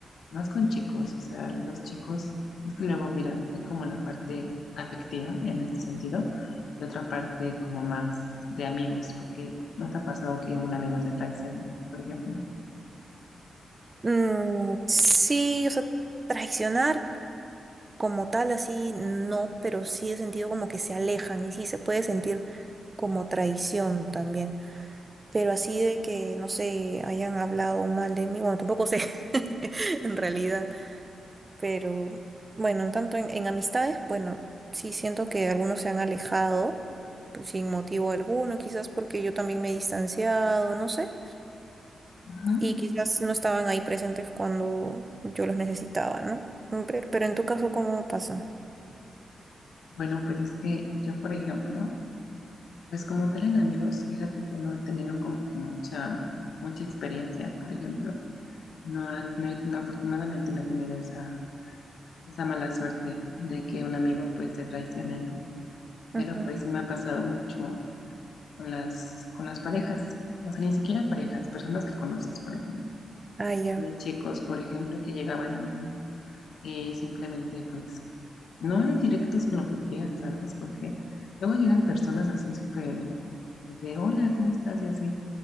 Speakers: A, on the left; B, on the right.
A: más con chicos, o sea, los chicos, es que luego, mira, hay como la parte afectiva en este sentido y otra parte como más de amigos, porque no te ha pasado que un amigo te traicione, por ejemplo.
B: Mm, sí, o sea, traicionar como tal, así no, pero sí he sentido como que se alejan y sí se puede sentir como traición también. Pero así de que, no sé, hayan hablado mal de mí, bueno, tampoco sé <laughs> en realidad. Pero bueno, en tanto en, en amistades, bueno, sí siento que algunos se han alejado pues, sin motivo alguno, quizás porque yo también me he distanciado, no sé,
A: Ajá.
B: y quizás no estaban ahí presentes cuando yo los necesitaba, ¿no? Mm, Pero, pero en tu caso, ¿cómo pasa?
A: Bueno, pues es que yo, por ejemplo, pues como tal en amigos, fíjate que no he tenido como que mucha, mucha experiencia, por ejemplo. No, ha- no, he- no, afortunadamente no he tenido esa, esa mala suerte de que un amigo pues te traicione, ¿no? Pero
B: Ujú.
A: pues sí me ha pasado mucho con las, con las parejas, o sea, ni siquiera parejas, personas que conoces, por ejemplo.
B: Ah, ya.
A: Había chicos, por ejemplo, que llegaban a mi vida y simplemente, pues, no eran directos con lo que querían, ¿sabes? Porque luego llegan personas así súper, de que, hola, ¿cómo estás? Y así,